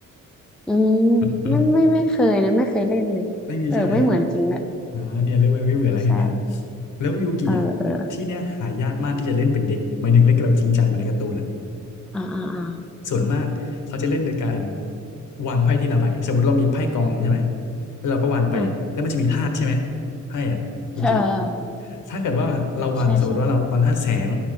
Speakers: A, in the centre; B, on the left.
A: อืม
B: <laughs>
A: ไม่ไม่ไม่เคยนะไม่เคยเล่นเลยเออไม่เหมือนจริงแหละ
B: ไม่มีใช่ไหม อ่าเนี่ยเริ่มไม่เหมือนแล้วเห็นไหม
A: ใช่
B: แล้วยูกิอ่ะที่เนี่ยหายากมากที่จะเล่นเป็นเด็กหมายถึงเล่นแบบจริงจังเหมือนในการ์ตูนอ่ะ
A: เออเอออ่าอ่าอ่า
B: ส่วนมากเขาจะเล่นโดยการวางไพ่ทีละใบสมมติเรามีไพ่กองหนึ่งใช่ไหมแล้วเราก็วางไปแล้วมันจะมีธาตุใช่ไหม
A: อ่า
B: ไพ่อ่ะยูกิ
A: ใช่เออเออ
B: ถ้าเกิดว่าเราวางสมมติว่าเราวางธาตุแสง
A: ใช่ใช่